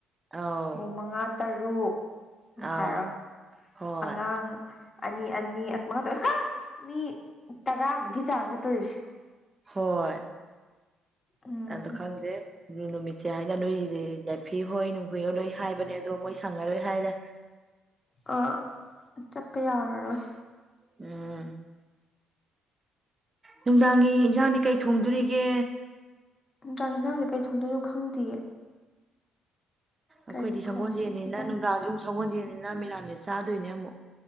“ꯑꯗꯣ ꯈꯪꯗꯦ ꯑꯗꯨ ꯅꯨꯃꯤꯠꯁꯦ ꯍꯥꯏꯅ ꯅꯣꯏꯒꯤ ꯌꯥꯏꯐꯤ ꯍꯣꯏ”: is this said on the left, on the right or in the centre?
Right